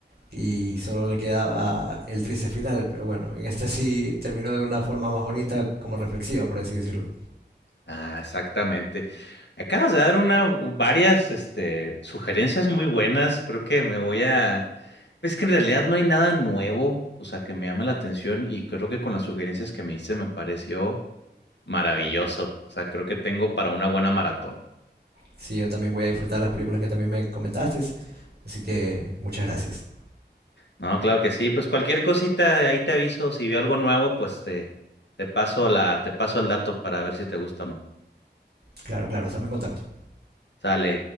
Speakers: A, on the right (about 60°); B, on the left (about 75°).
A: y solo le quedaba el triste final, pero bueno, en este sí terminó de una forma más bonita, como reflexiva, por así decirlo.
B: Ah, exactamente. Me acabas de dar una, varias, este, sugerencias muy buenas. Creo que me voy a... Es que en realidad no hay nada nuevo, o sea, que me llame la atención y creo que con las sugerencias que me diste me pareció maravilloso. O sea, creo que tengo para una buena maratón.
A: Sí, yo también voy a disfrutar las películas que también me comentaste, así que muchas gracias.
B: No, claro que sí. Pues cualquier cosita, ahí te aviso. Si veo algo nuevo, pues te, te paso la, te paso el dato para ver si te gusta o no.
A: Claro, claro, estamos en contacto.
B: Sale.